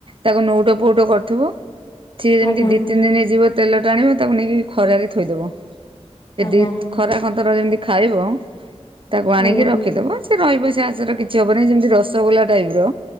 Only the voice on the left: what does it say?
ଆଜ୍ଞା
ଆଜ୍ଞା
ଆଜ୍ଞା